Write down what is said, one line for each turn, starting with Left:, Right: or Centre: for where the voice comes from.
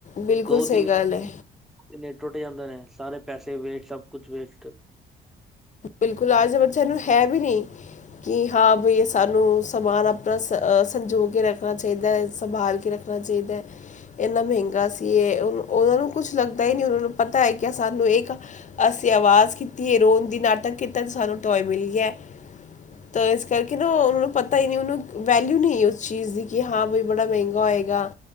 Left: ਬਿਲਕੁਲ
Centre: ਦੋ
Left: ਸਹੀ
Centre: ਦਿਨ
Left: ਗੱਲ ਏ।
Centre: ਨੇ ਟੁੱਟ ਜਾਂਦੇ ਨੇ, ਸਾਰੇ ਪੈਸੇ ਵੇਸਟ ਸਭ ਕੁਛ ਵੇਸਟ।
Left: ਬਿਲਕੁਲ, ਆਜ ਬੱਚੇ ਨੂੰ ਹੈ ਵੀ ਨੀ। ਕਿ ਹਾਂ ਬਈ ਸਾਨੂੰ ਸਮਾਨ ਆਪਣਾ ਸ ਸੰਜੋਗ ਕੇ ਰੱਖਣਾ ਚਾਹੀਦਾ ਐ ਸੰਭਾਲ ਕੇ ਰੱਖ ਆਪਣਾ ਚਾਹੀਦਾ ਏ। ਇੰਨਾ ਮਹਿੰਗਾ ਸੀ, ਇਹ ਉਹਨਾਂ ਨੂੰ ਕੁਛ ਲੱਗਦਾ ਹੀ ਨੀ ਉਹਨਾਂ ਨੂੰ ਪਤਾ ਹੈ ਕਿ ਸਾਨੂੰ ਇੱਕ ਅਸੀਂ ਆਵਾਜ਼ ਕੀਤੀ ਐ, ਰੋਂਣ ਦੀ ਨਾਟਕ ਕੀਤਾ ਤੇ ਸਾਨੂੰ ਟੌਏ ਮਿਲੀ ਗਿਆ। ਤਾਂ ਇਸ ਕਰਕੇ ਨਾ ਉਹਨਾਂ ਨੂੰ ਪਤਾ ਹੀ ਨੀ, ਉਹਨੂੰ ਵੈਲਿਊ ਨੀ ਉਸ ਚੀਜ਼ ਦੀ ਕਿ ਹਾਂ, ਬਈ ਬੜਾ ਮਹਿੰਗਾ ਹੋਏਗਾ।